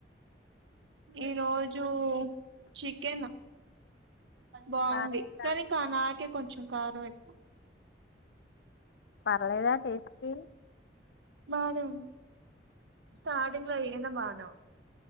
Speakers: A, on the right; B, on the left.
A: ఈరోజు చికెన్ బాగుంది
B: బానే ఉందా
A: కానీ కా నాకే కొంచెం కారం ఎక్కువ
B: పర్లేదా టేస్ట్ కి
A: బానే ఉంద్ స్టార్టింగ్ లో ఏదైనా బానే